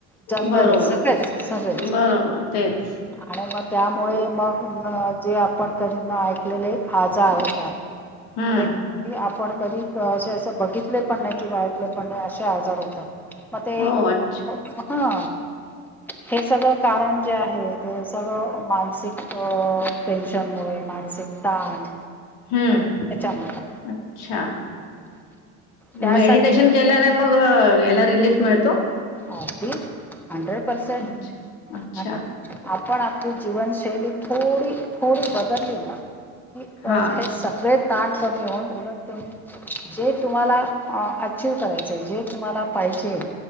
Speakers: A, in the centre; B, on the left.
A: जनरली
B: बरोबर.
A: सहच सहळेच.
B: बरोबर तेच
A: आणि म त्यामुळे मग म जे आपण कधी न ऐकलेले आजार होतात. <unintelligible>
B: हम्म.
A: की आपण कधी असे असं बघितले पण नाही किंवा ऐकलं पण नाही असे आजार होतात. म ते
B: हो
A: एक
B: अच्छा
A: हा हे सगळं कारण जे आहे ते सगळं मानसिक अ टेन्शनमुळे मानसिक ताण
B: हम्म
A: त्याच्यामुळे
B: अच्छा
A: त्यासाठी
B: मेडिटेशन केल्याने मग याला रिलीफ मिळतो.
A: अगदी हंड्रेड पर्सेंट
B: अच्छा अच्छा
A: आता आपण आपली जीवनशैली थोडी थोडी बदलली ना की
B: हां
A: अ ते सगळे ताण कमी होऊन उलट तुम्ही जे तुम्हाला अ अचीव करायचंय जे तुम्हाला पाहिजे